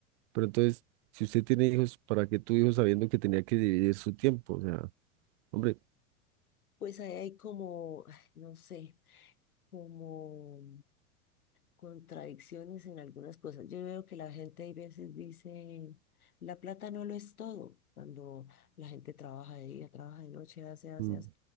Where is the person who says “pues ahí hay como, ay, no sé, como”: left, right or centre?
Left